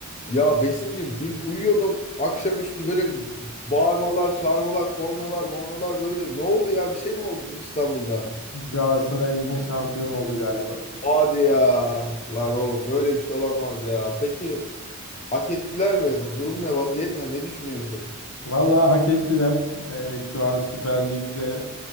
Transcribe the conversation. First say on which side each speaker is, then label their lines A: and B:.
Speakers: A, on the left; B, on the left.
A: Ya Besim'cim dün uyuyordum akşamüstü böyle bağırmalar, çağırmalar, kornalar, mornalar böyle ne oldu ya bir şey mi oldu dün İstanbul'da?
B: Galatasaray yine şampiyon oldu galiba.
A: Hadi ya lan oğlum böyle bir şey olamaz ya. Peki hak ettiler mi? Bu durum ne vaziyet ne ne düşünüyorsun?
B: Vallahi hak ettiler. Ee, şu an Süper Lig'de